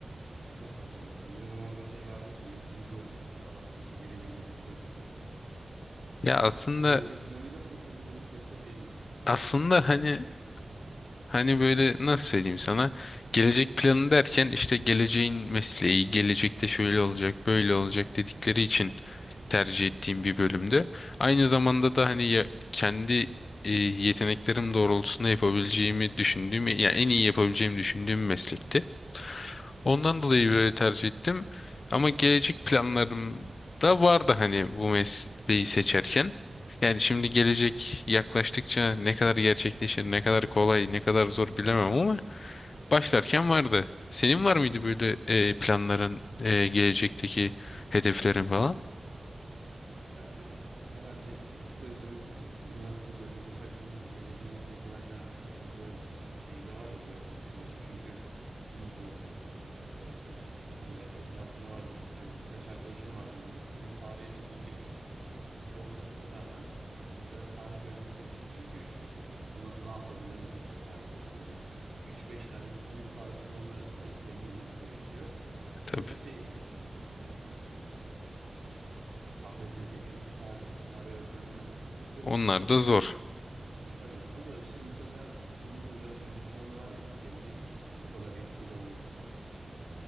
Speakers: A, on the right; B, on the left.
A: nasıl desem bizim zamanımızda şey vardı işte yazılımcı ol iyi para var işte geleceğini kurtarırsın.
B: Ya aslında
A: O gelecek planıyla mı başladın bölüm yoksa şey mi?
B: aslında
A: Ee,
B: hani
A: istek mi?
B: hani böyle nasıl söyleyeyim sana gelecek planı derken işte geleceğin mesleği, gelecekte şöyle olacak, böyle olacak dedikleri için tercih ettiğim bir bölümde. Aynı zamanda da hani ya, kendi e, yeteneklerim doğrultusunda yapabileceğimi düşündüğüm, ya en iyi yapabileceğimi düşündüğüm meslekti. Ondan dolayı
A: Hı hı.
B: böyle tercih ettim. Ama gelecek planlarım da vardı hani bu mesleği seçerken. Yani şimdi gelecek yaklaştıkça ne kadar gerçekleşir, ne kadar kolay, ne kadar zor bilemem ama başlarken vardı. Senin var mıydı böyle e, planların, e, gelecekteki hedeflerin falan?
A: Ya tabii herhalde ister istemez üniversitede bölüm seçerken geleceğimin ne kadar garanti olacağı şeyi de var ya biraz düşüncesi. Çünkü nasıl desem atıyorum mesela illaki etrafında vardır. Mesela kaç arkadaşım vardı benim. Çocuk tarihe çok ilgili olmasına rağmen mesela tarih bölümünü seçmedi. Çünkü işte na- ne yapabilirim ki mesela tarihi seçsem? Hani 3-5 tane büyük tarihçilerin arasına ya girmesi gerekiyor
B: Tabii.
A: ya da şey yapacak hani <laughs> eee, KPSS'ye girip tarih, tarih öğretmenliğine atanacaktı.
B: Onlar da zor.
A: E tabii o da işte mesela onun da biraz üzücü yanı var yani gelecek bu kadar etkili olmasın.